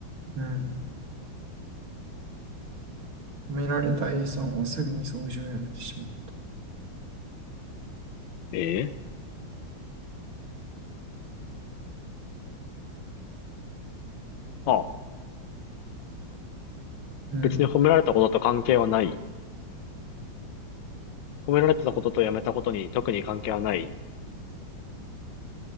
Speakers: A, on the right (about 85°); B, on the left (about 70°).
A: うん。褒められた A さんはすぐに掃除をやめてしまった。
B: ええああ、
A: うん。
B: 別に褒められたことと関係はない。褒められてたこととやめたことに特に関係はない。